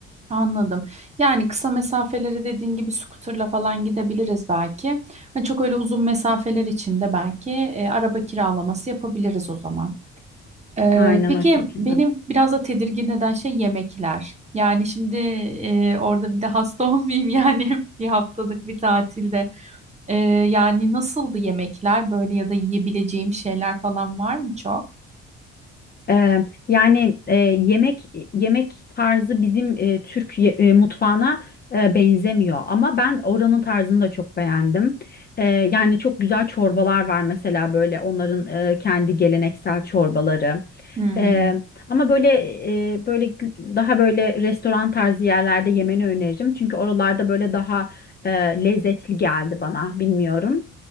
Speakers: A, on the right; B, on the left.
A: Anladım. Yani kısa mesafelere dediğin gibi scooter'la falan gidebiliriz belki. Hani çok öyle uzun mesafeler için de belki e, araba kiralaması yapabiliriz o zaman. Ee,
B: Aynen
A: peki
B: o şekilde.
A: benim biraz da tedirgin eden şey yemekler. Yani şimdi e, orada bir de hasta <laughs> olmayayım yani <laughs> bir haftalık bir tatilde. Ee, yani nasıldı yemekler böyle ya da yiyebileceğim şeyler falan var mı çok?
B: Ee, yani e, yemek yemek tarzı bizim e, Türk ye- e, mutfağına e, benzemiyor ama ben oranın tarzını da çok beğendim. Ee, yani çok güzel çorbalar var mesela böyle onların e, kendi geleneksel çorbaları.
A: Hmm.
B: Ee, ama böyle e, böyle gü- daha böyle restoran tarzı yerlerde yemeni öneririm çünkü oralarda böyle daha e, lezzetli geldi bana bilmiyorum.